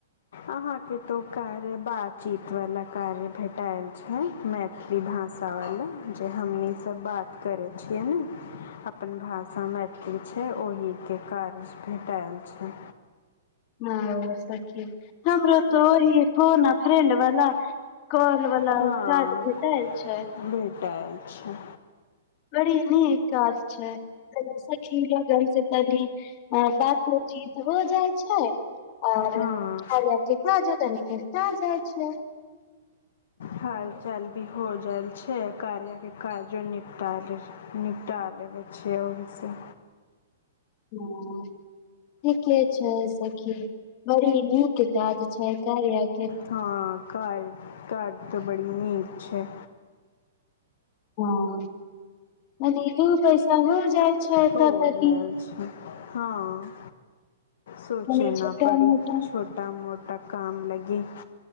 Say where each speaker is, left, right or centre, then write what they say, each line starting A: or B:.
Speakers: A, on the left (about 60°); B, on the left (about 30°).
A: अहाँको तो कार्य बातचीत वाला कार्य भेटाएल छै मैथिली भाषा वाला जे हमनी सब बात करै छियै ने अपन भाषा मैथिली छै ओहि के कार्य भेटायल छै
B: हँ सखी हमरो तो वही है फोन आ फ्रेंड वाला कल वाला
A: हँ
B: स्वाद भेटायल छै
A: भेटायल छै
B: बड़ी नीक काज छै सखी लोगन से तनी बातोचीत हो जाइ छै आओर
A: हँ
B: आ कार्या जो तनि जाइ छिय <unintelligible>
A: हाल चाल भी हो जायल छै कार्या के काजो निपटा निपटा लेबै छियै ओहिसे
B: हूँ ठीके छै सखी बड़ी नीक काज छै कार्याक
A: हां काज तऽ बड़ी नीक छै
B: हँ कनि दू पैसा हो जाइ छै
A: हो
B: तऽ तनी
A: जाए छै हाँ सोचे
B: तनी
A: न
B: छोटा
A: पड़ी
B: मोटा
A: छोटा मोटा काम लगे